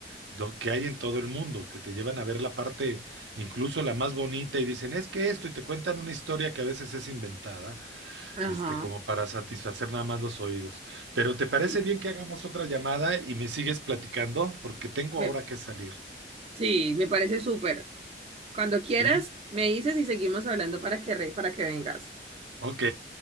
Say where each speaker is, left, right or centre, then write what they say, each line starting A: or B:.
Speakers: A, on the right; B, on the right.
A: do- que hay en todo el mundo, que te llevan a ver la parte, incluso la más bonita, y dicen, es que esto, y te cuentan una historia que a veces es inventada
B: Ajá.
A: este, como para satisfacer nada más los oídos. Pero ¿te parece
B: sí.
A: bien que hagamos otra llamada y me sigues platicando? Porque tengo
B: Me-
A: ahora que salir,
B: Sí, me parece súper. Cuando quieras,
A: ¿sí?
B: me dices y seguimos hablando para que, re- para que vengas.
A: Ok,